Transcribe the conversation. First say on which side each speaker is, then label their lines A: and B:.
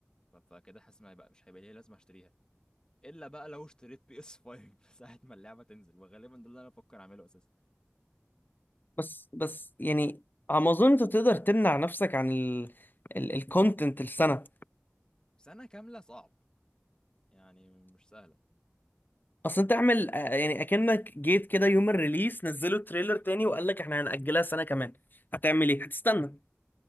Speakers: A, on the left; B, on the left.
A: ف- فكده حاسس ما هيبقى مش هيبقى ليا لازمة اشتريها الا بقى لو اشتريت بي اس 5 <laughs> ساعه ما اللعبه تنزل وغالبا ده اللي انا بفكر اعمله اساسا
B: بس بس يعني على ما اظن انت تقدر تمنع نفسك عن ال... الكونتنت السنه
A: سنه كامله صعب يعني مش سهله
B: اصل انت اعمل آه، يعني اكنك جيت كده يوم الريليس نزلوا تريلر تاني وقال لك احنا هنأجلها سنة كمان هتعمل ايه هتستنى